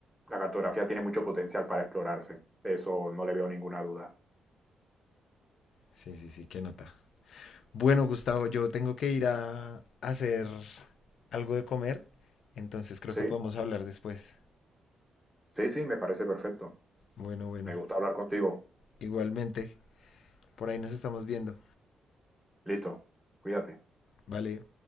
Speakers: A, in the centre; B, on the left.
A: la cartografía tiene mucho potencial para explorarse. De eso no le veo ninguna duda.
B: Sí, sí, sí, qué nota. Bueno, Gustavo, yo tengo que ir a hacer algo de comer, entonces creo
A: Sí,
B: que podemos hablar después.
A: sí, sí, me parece perfecto.
B: Bueno, bueno.
A: Me gusta hablar contigo.
B: Igualmente, por ahí nos estamos viendo.
A: Listo, cuídate.
B: Vale.